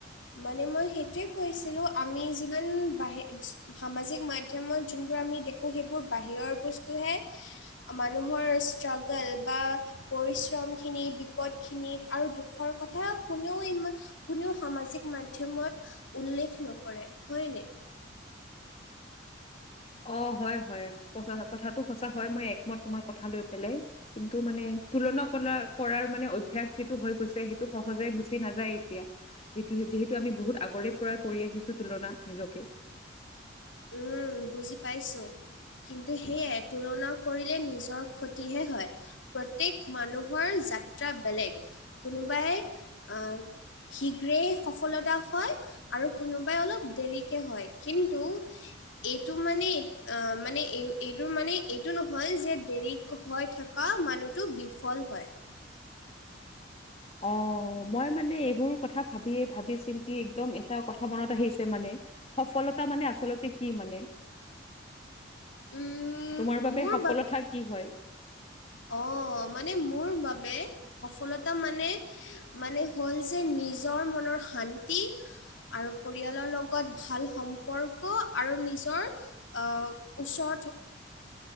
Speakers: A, on the left; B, on the left.
A: মানে মই সেইটোৱে কৈছিলোঁ, আমি যিমান বাহি সামাজিক মাধ্যমত যোনবোৰ আমি দেখোঁ সেইবোৰ বাহিৰৰ বস্তুহে। মানুহৰ ষ্ট্ৰাগাল বা পৰিশ্ৰমখিনি, বিপদখিনি, আৰু দুখৰ কথা কোনেও ইমান কোনেও সামাজিক মাধ্যমত উল্লেখ নকৰে, হয়নে?
B: অ হয় হয় ক কথাটো সঁচা হয় মই একমত তোমাৰ কথা লৈ পেলাই। কিন্তু মানে তুলনা কলা কৰাৰ মানে অভ্যাস যিটো হৈ গৈছে সেইটো সহজে গুচি নাযায় এতিয়া। যি যিহেতু আমি বহুত আগৰে পৰাই কৰি আহিছো তুলনা নিজকে।
A: উম বুজি পাইছো, কিন্তু সেয়াই তুলনা কৰিলে নিজৰ ক্ষতিহে হয়, প্ৰত্যেক মানুহৰ জা ট্ৰা বেলেগ কোনোবাই আ শীঘ্ৰেই সফলতা হয় আৰু কোনোবাই অলপ দেৰিকে হয়, কিন্তু এইটো মানে অ' মানে এই এইটো মানে এইটো নহয় যে দেৰিক হৈ থকা মানুহতো বিফল হয়।
B: অ', মই মানে এইবোৰ কথা ভাবিয়ে ভাবি চিন্তি একদম এটা কথা মনত আহিছে মানে সফলতা মানে আচলতে কি মানে?
A: <inaudible> উম,
B: তোমাৰ বাবে
A: মোৰ
B: সফলতা কি হয়?
A: অ', মানে মোৰ বাবে সফলতা মানে মানে হ'ল যে নিজৰ মনৰ শান্তি আৰু পৰিয়ালৰ লগত ভাল সম্পৰ্ক আৰু নিজৰ অঁ ওচৰত